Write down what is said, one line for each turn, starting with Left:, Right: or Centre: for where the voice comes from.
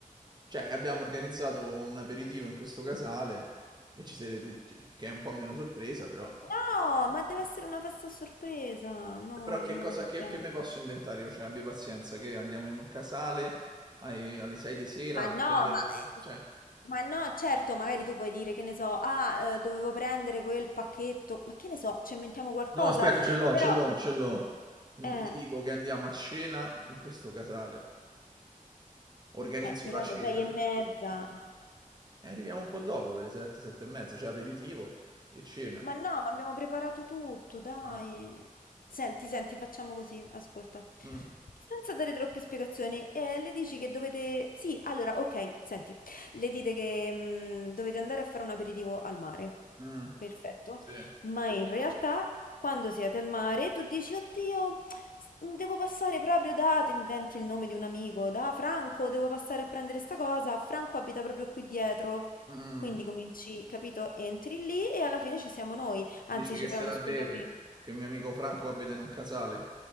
Right: cioè, abbiamo organizzato un aperitivo in questo casale e ci siete tutti, che è un po' meno sorpresa, però...
Left: No, ma deve essere una festa a sorpresa. No,
Right: Però che
Left: no,
Right: cosa
Left: non va
Right: che,
Left: bene.
Right: che mi posso inventare io? Cioè, abbi pazienza, che andiamo in un casale ai- alle 6 di sera
Left: Ma
Right: a
Left: no,
Right: prendere
Left: ma,
Right: le cose, cioè...
Left: ma no, certo, magari tu puoi dire che ne so, ah, eh, dovevo prendere quel pacchetto, ma che ne so, ci inventiamo qualcosa,
Right: No, aspetta, ce l'ho,
Left: però,
Right: ce l'ho, ce l'ho. Mi-
Left: eh,
Right: gli dico che andiamo a cena in questo casale. Organizzo
Left: eh, però
Right: la cena
Left: alle sei e mezza.
Right: e arriviamo un po' dopo per le 7, 7 e mezza, cioè aperitivo e cena.
Left: Ma no, ma abbiamo preparato tutto, dai.
Right: Ah.
Left: Senti, senti, facciamo così, ascolta.
Right: Mh.
Left: Senza dare troppe spiegazioni, eh, le dici che dovete... Sì, allora, ok, senti. Le dite che mh, dovete andare a fare un aperitivo al mare.
Right: Mh.
Left: Perfetto.
Right: Sì.
Left: Ma in realtà, quando siete al mare, tu dici, oddio, s- mm, devo passare proprio da... Te inventi il nome di un amico, da Franco, devo passare a prendere sta cosa. Franco abita proprio qui dietro.
Right: Mh.
Left: Quindi cominci, capito? Entri lì e alla fine ci siamo noi.
Right: Dici
Left: Anzi,
Right: che
Left: ci
Right: se
Left: fai uno
Right: la
Left: squillo
Right: beve,
Left: prima.
Right: che il mio amico Franco abita in un casale.